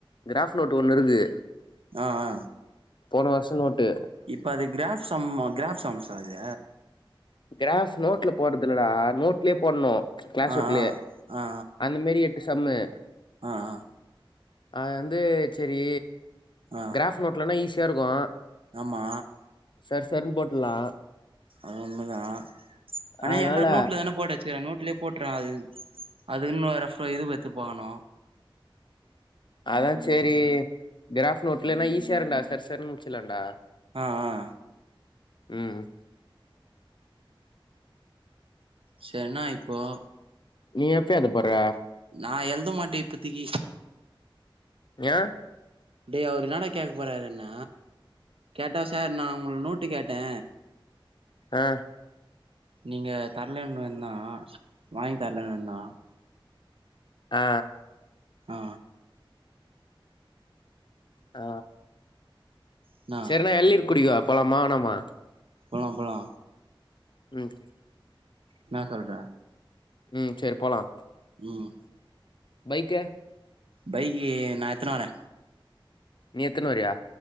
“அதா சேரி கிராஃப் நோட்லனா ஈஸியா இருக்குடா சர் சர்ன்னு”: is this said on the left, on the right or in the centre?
Left